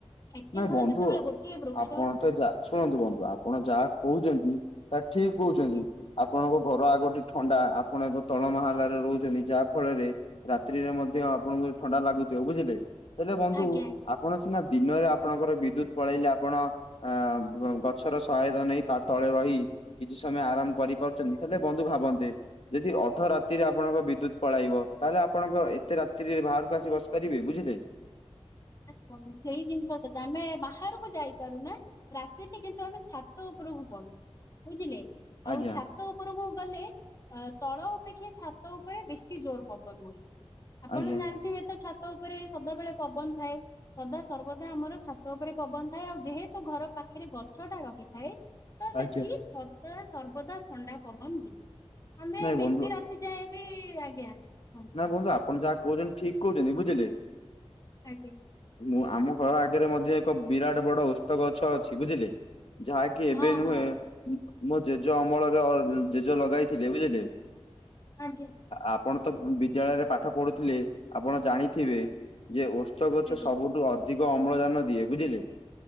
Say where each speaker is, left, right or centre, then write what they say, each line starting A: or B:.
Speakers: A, on the left; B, on the left.
A: ଏତେ
B: ନାଇଁ
A: ଘର
B: ବନ୍ଧୁ
A: ଯେତେବେଳେ ଗୋଟିଏ ବୃକ୍ଷ।
B: ଆପଣ ତ ଯା ଶୁଣନ୍ତୁ ବନ୍ଧୁ, ଆପଣ ଯାହା କହୁଛନ୍ତି ତାହା ଠିକ୍ କହୁଛନ୍ତି।
A: ଆଜ୍ଞା ଆଜ୍ଞା
B: ଆପଣଙ୍କ ଘର ଆଗ ଟିକ ଥଣ୍ଡା ଆପଣ ଏକ ତଳମାହାଲରେ ରହୁଛନ୍ତି, ଯାହା ଫଳରେ ରାତିରେ ମଧ୍ୟ ଆପଣଙ୍କୁ ଥଣ୍ଡା ଲାଗୁଥିବ, ବୁଝିଲେ ହେଲେ ବନ୍ଧୁ
A: ଆଜ୍ଞା ଆଜ୍ଞା
B: ଆପଣ ସିନା ଦିନରେ ଆପଣଙ୍କର ବିଦ୍ୟୁତ ପଳେଇଲେ ଆପଣ ଆ ଗଛର ସହାୟତା ନେଇ, ତା ତଳେ ରହି କିଛି ସମୟ ଆରାମ
A: ଆଜ୍ଞା।
B: କରିପାରୁଛନ୍ତି, ହେଲେ ବନ୍ଧୁ ଭାବନ୍ତେ ଯଦି ଅଧ ରା ରାତିରେ ଆପଣଙ୍କ ବିଦ୍ୟୁତ ପଳାଇବ ତାହେଲେ ଆପଣଙ୍କ ଏତେ ରାତିରେ ବାହାରକୁ ଆସି ବସି ପାରିବେ, ବୁଝିଲେ?
A: ନା ବନ୍ଧୁ, ସେଇ ଜିନିଷଟା ତ ଆମେ ବାହାରକୁ ଯାଇପାରୁ ନା ରାତିରେ କିନ୍ତୁ ଆମେ ଛାତ ଉପରକୁ ପଳଉ ବୁଝିଲେ, ଆଉ
B: ଆଜ୍ଞା
A: ଛାତ ଛାତ ଉପରକୁ ଗଲେ ତଳ ଅପେକ୍ଷା ଛାତ ଉପରେ ବେଶି ଜୋର ପବନ ହୁଏ। ଆପଣ
B: ଆଜ୍ଞା
A: ଜାଣିଥିବେ ତ ଛାତ ଉପରେ ସଦାବେେଳେ ପବନ ଥାଏ। ସଦା ସର୍ବଦା ଆମର ଛାତ ଉପରେ ପବନ ଥାଏ। ଆଉ ଯେହେତୁ ଘର ପାଖରେ ଗଛ ଟା ରହିଥାଏ। ତ ସେଠି
B: ଆଜ୍ଞା
A: ସଦା ସର୍ବଦା ଥଣ୍ଡା ପବନ ଦିଏ, ଆମେ
B: ନାଇଁ
A: ବେଶୀ
B: ବନ୍ଧୁ
A: ରାତି ଯାଏବି ଆଜ୍ଞା, ହଁ।
B: ନା ବନ୍ଧୁ, ଆପଣ ଯାହା କହୁଛନ୍ତି ଠିକ୍ କହୁଛନ୍ତି, ବୁଝିଲେ?
A: ଆଜ୍ଞା।
B: ମୁଁ ଆମ ଘର ଆଗରେ ମଧ୍ୟ ଏକ ବିରାଟ ବଡ ଓସ୍ତ ଗଛ ଅଛି। ବୁଝିଲେ ଯାହା କି ଏବେ
A: ହଁ
B: ନୁହେଁ,
A: ହଁ ଆଜ୍ଞା
B: ମୋ ଜେଜ ଅମଳରେ ଜେଜ ଲଗାଇଥିଲେ, ବୁଝିଲେ?
A: ଆଜ୍ଞା।
B: ଆପଣ ତ ବିଦ୍ୟାଳୟରେ ପାଠ ପଢୁଥିଲେ, ଆପଣ ଜାଣିଥିବେ ଯେ ଓସ୍ତ ଗଛ
A: ଆଜ୍ଞା
B: ସବୁଠୁ ଅଧିକ ଅମ୍ଳଜାନ ଦିଏ, ବୁଝିଲେ?